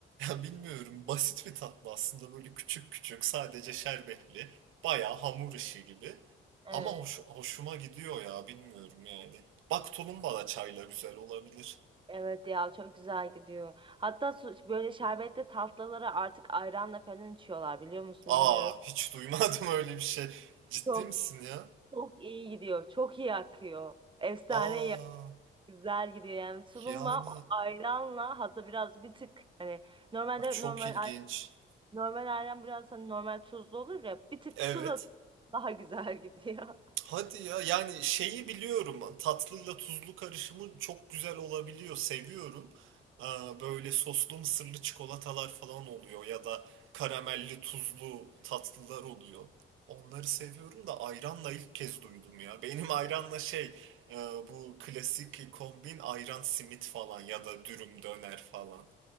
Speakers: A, on the right; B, on the right.
A: Ya bilmiyorum basit bir tatlı aslında böyle küçük küçük sadece şerbetli. Bayağı hamur işi gibi.
B: Evet.
A: Ama hoş, hoşuma gidiyor ya bilmiyorum yani. Bak tulumba da çayla güzel olabilir.
B: Evet ya çok güzel gidiyor. Hatta su- böyle şerbetli tatlılara artık ayranla falan içiyorlar biliyor musun
A: Aa
B: bilmiyorum.
A: hiç duymadım <laughs> öyle bir şey. Ciddi
B: Çok
A: misin ya?
B: çok iyi gidiyor. Çok iyi akıyor. Efsane
A: Aa.
B: iyi Güzel gidiyor yani tulumba
A: Yani
B: o ayranla hatta biraz bir tık hani normalde
A: a, çok
B: normal
A: ilginç.
B: ay- normal ayran biraz hani normal tuzlu olur ya bir tık
A: Evet.
B: tuz at daha güzel gidiyor. <laughs>
A: Hadi ya yani şeyi biliyorum Hani tatlıyla tuzlu karışımı çok güzel olabiliyor seviyorum. Aa, böyle soslu mısırlı çikolatalar falan oluyor ya da karamelli tuzlu tatlılar oluyor. Onları seviyorum da ayranla ilk kez duydum ya. Benim ayranla şey e, bu klasik kombin ayran simit falan ya da dürüm döner falan.